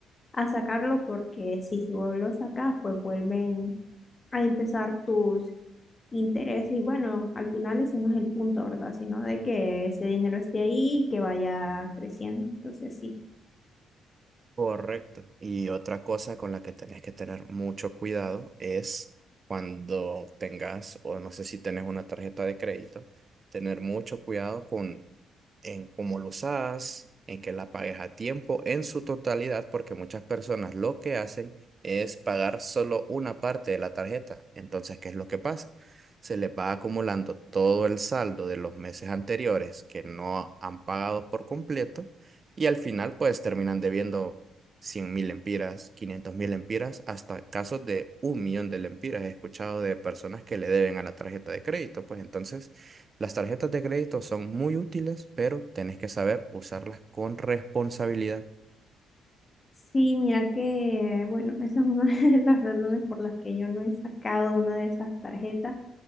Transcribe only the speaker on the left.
a sacarlo porque si, si vos lo sacas, pues vuelven a empezar tus intereses y bueno, al final ese no es el punto, ¿verdad? Sino de que ese dinero esté ahí y que vaya creciendo. Entonces sí.
Sí, mira que, bueno, <laughs> esa es una <laughs> de las razones por las que yo no he sacado una de esas tarjetas